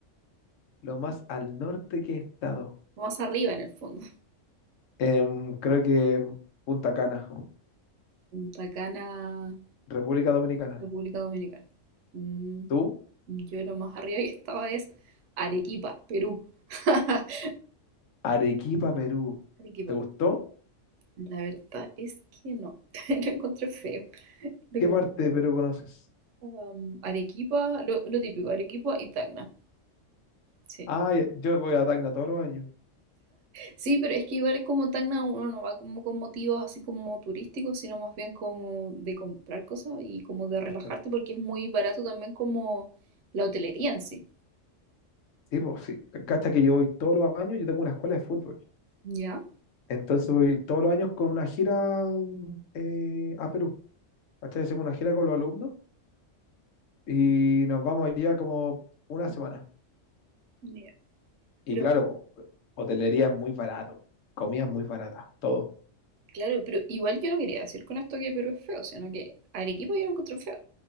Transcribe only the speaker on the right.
Lo más arriba en el fondo.
Punta Cana,
República Dominicana. Mm,
yo lo más arriba que estaba es Arequipa, Perú. <laughs>
Arequipa,
La verdad es que no, <laughs> lo encontré feo. Lo
encontré,
um, Arequipa, lo, lo típico, Arequipa y Tacna. Sí.
Sí, pero es que igual como Tacna uno no va como con motivos así como turísticos, sino más bien como de comprar cosas y como de relajarte
porque es muy barato también como la hotelería en sí.
¿Ya?
Mira.
Pero
claro, pero igual yo no quería decir con esto que Perú es feo, sino que Arequipa yo lo encontré feo.